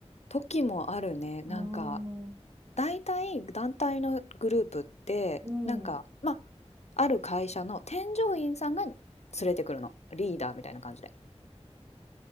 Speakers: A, on the left; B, on the right.
A: 時もあるね。なんか、
B: うーん、
A: 大体団体のグループって、
B: うん。
A: なんか、まあ、ある会社の添乗員さんが連れてくるの。リーダーみたいな感じで。